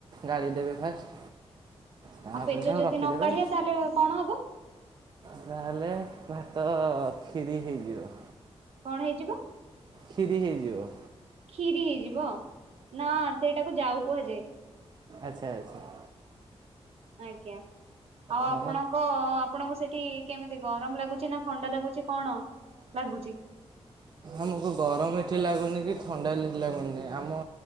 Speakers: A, on the right (about 40°); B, on the right (about 65°).
A: ଗାଳି ଦେବେ ଫାଷ୍ଟ। ତାପରେ
B: ଆଉ ପେଜ
A: ତାକୁ
B: ଯଦି
A: ରଖିଦେବେ
B: ନ କାଢିଆ ତାହେଲେ କଣ ହବ।
A: ତାହେଲେ ଭାତ କ୍ଷିରି ହେଇଯିବ।
B: କଣ ହେଇଯିବ।
A: କ୍ଷୀରି ହେଇଯିବ।
B: କ୍ଷୀରି ହେଇଯିବ ନା ସେଇଟାକୁ ଯାଉ କୁହାଯାଏ।
A: ଆଚ୍ଛା ଆଚ୍ଛା।
B: ଆଜ୍ଞା ଆଉ ଆପଣଙ୍କ।
A: ହଁ
B: ଆପଣଙ୍କୁ ସେଠି କେମିତି ଗରମ ଲାଗୁଛି ନା ଥଣ୍ଡା ଲାଗୁଛି କଣ ଲାଗୁଛି।
A: ଆମକୁ ଗରମ ଏଠି ଲାଗୁନି କି ଥଣ୍ଡା ଲାଗୁନି ଆମ